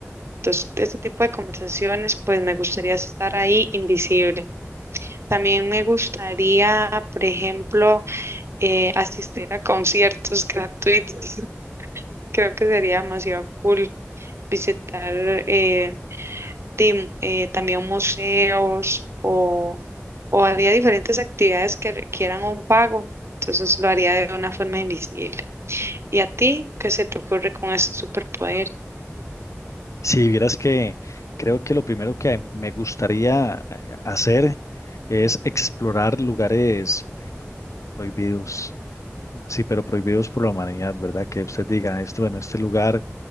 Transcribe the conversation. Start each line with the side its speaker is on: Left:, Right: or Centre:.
Right: Entonces, este tipo de conversaciones, pues me gustaría estar ahí invisible. También me gustaría, por ejemplo, eh, asistir a conciertos gratuitos. <laughs> Creo que sería demasiado cool visitar eh, tim- eh, también museos o, o haría diferentes actividades que requieran un pago. Entonces lo haría de una forma invisible. ¿Y a ti qué se te ocurre con este superpoder?
Left: Si vieras que creo que lo primero que me gustaría eh, hacer es explorar lugares eh, prohibidos, sí, pero prohibidos por la humanidad, ¿verdad? Que usted diga, esto, bueno, este lugar.